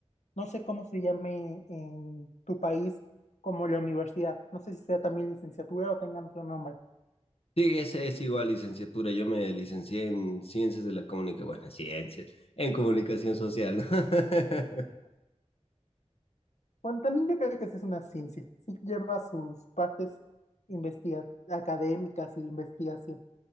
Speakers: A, on the left (about 80°); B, on the left (about 55°).
A: no sé cómo se llame en tu país como la universidad. No sé si sea también licenciatura o tengan otro nombre.
B: Sí, ese es igual licenciatura. Yo me licencié en ciencias de la comunicación, bueno, ciencias, en comunicación social. ¿no? <laughs>
A: Bueno, también yo creo que sí es una ciencia. Sí lleva sus partes investiga- académicas y de investigación.